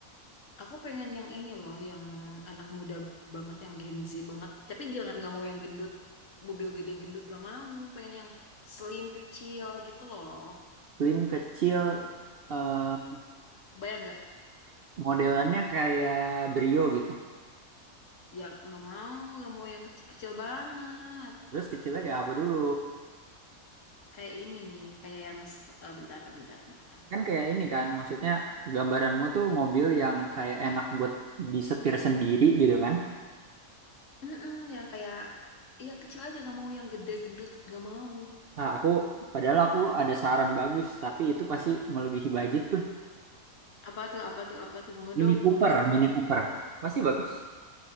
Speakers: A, on the left; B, on the right.
A: Aku pengen yang ini loh, yang anak muda banget, yang Gen Z banget. Tapi jangan gak mau yang gendut, mobil gede gendut gak mau. Pengen yang slim kecil gitu loh.
B: Slim kecil eh
A: Bayang gak?
B: modelannya kayak Brio gitu.
A: Yang gak mau, gak mau yang kecil-kecil banget.
B: Terus kecilnya kayak apa dulu?
A: Kayak ini nih, kayak yang s- eh, bentar, bentar, bentar.
B: Kan kayak ini kan, maksudnya gambaranmu tuh mobil yang kayak enak buat disetir sendiri gitu kan.
A: Mm-mm, yang kayak, iya kecil aja gak mau yang gede gendut gak mau.
B: Nah, aku padahal aku ada saran bagus, tapi itu pasti melebihi budget tuh.
A: Apa tuh, apa tuh, apa tuh? Mau
B: Mini
A: dong,
B: Cooper,
A: mau dong infonya.
B: Mini Cooper. Pasti bagus.